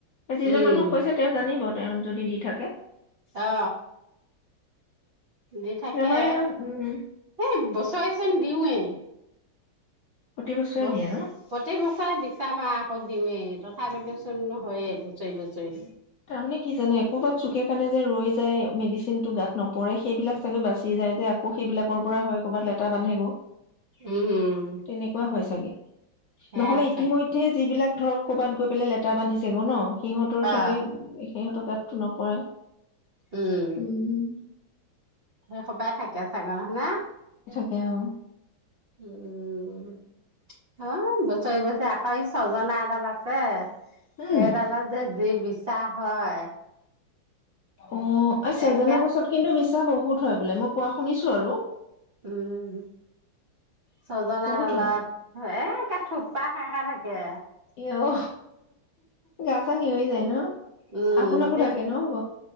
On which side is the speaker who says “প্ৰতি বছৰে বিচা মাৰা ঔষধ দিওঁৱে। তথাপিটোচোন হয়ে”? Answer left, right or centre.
Right